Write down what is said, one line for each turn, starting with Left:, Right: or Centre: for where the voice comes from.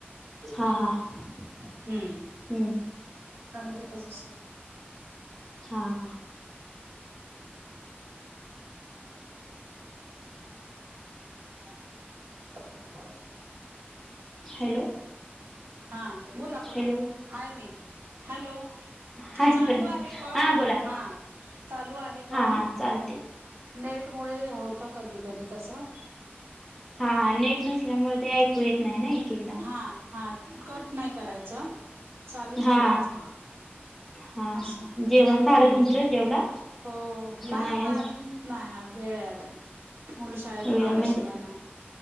Centre: हा
Right: रंगीत
Centre: हा
Right: हम्म.
Centre: हम्म.
Right: रंगीतच असतो.
Centre: हा हा.
Right: <inaudible>
Centre: हॅलो.
Right: हा बोला बोला.
Centre: हॅलो
Right: हाय मी हॅलो.
Centre: हाय
Right: चालू
Centre: प्रणय
Right: आहे कॉल,
Centre: बोला
Right: हा चालू आहे
Centre: हा
Right: कॉल.
Centre: हा चालते
Right: नेट मुळे होतं कधीकधी तसं.
Centre: हा हा नेट नसल्यामुळे ते ऐकू येत नाही ना एक एकदा.
Right: हा हा कट नाही करायचं चालूचं
Centre: हा
Right: ठेवायचं.
Centre: हा
Right: असं
Centre: जेवण झालं
Right: हम्म,
Centre: तुमचं जेवला
Right: हो
Centre: का
Right: नाही आता
Centre: आज
Right: अजून नाही वेळ आहे अजून, मुलं शाळेतून
Centre: वेळ
Right: आल्याशिवाय
Centre: म्हणजे
Right: नाही.